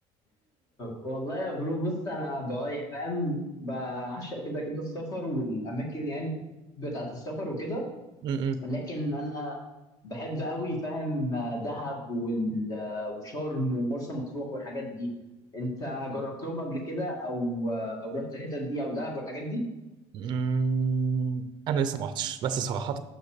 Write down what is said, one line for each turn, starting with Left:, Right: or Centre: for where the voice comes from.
Left: والله يا برو بص انا بقى يعني فاهم بعشق كده كده السفر والاماكن يعني بتاعت السفر وكده
Right: م-م.
Left: لكن انا بحب قوي فاهم دهب وال- وشرم ومرسى مطروح والحاجات دي انت جربتهم قبل كده او او رحت الحتت دي او دهب والحاجات دي
Right: م-م. انا لسه ما رحتش بس صراحة